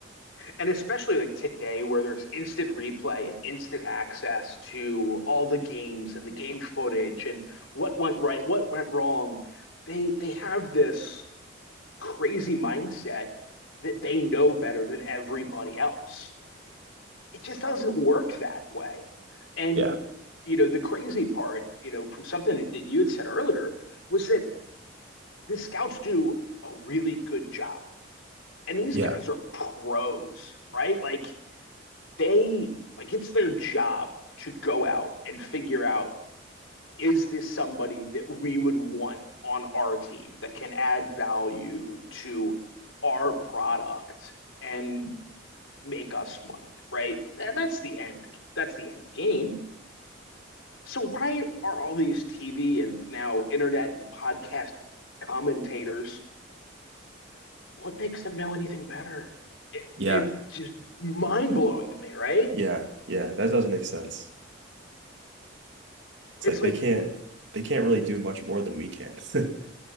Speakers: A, on the left; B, on the right.
A: and especially like today where there's instant replay and instant access to all the games and the game footage and what went right, what went wrong, they they have this crazy mindset that they know better than everybody else. It just doesn't work that way. And,
B: Yeah.
A: you know, the crazy part, you know, from something that you had said earlier was that the scouts do a really good job. And these
B: Yeah,
A: guys are pros, right? Like they like it's their job to go out and figure out is this somebody that we would want on our team that can add value to our product and make us money, right? That's the end. That's the end game. So why are all these TV and now internet and podcast commentators what makes them know anything better? It,
B: yeah,
A: it's just mind blowing to me, right?
B: yeah, yeah. That does make sense. It's
A: It's
B: like they
A: like
B: can't they can't really do much more than we can. <laughs>